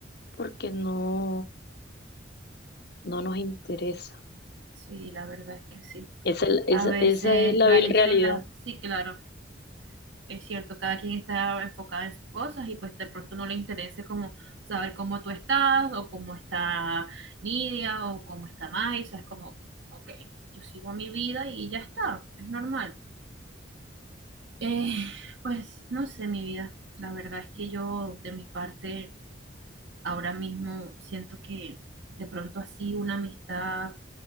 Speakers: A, on the left (about 55°); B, on the right (about 65°).
A: porque no, no nos interesa.
B: sí, la verdad es que sí.
A: Esa es, la- esa,
B: A veces,
A: esa es la
B: la,
A: vil
B: esa
A: realidad.
B: es la, sí, claro, es cierto, cada quien está enfocado en sus cosas y pues de pronto no le interese como saber cómo tú estás o cómo está Nidia o cómo está Maisa, es como, ok, yo sigo mi vida y ya está, es normal. Eh, pues no sé, mi vida, la verdad es que yo de mi parte ahora mismo siento que de pronto así una amistad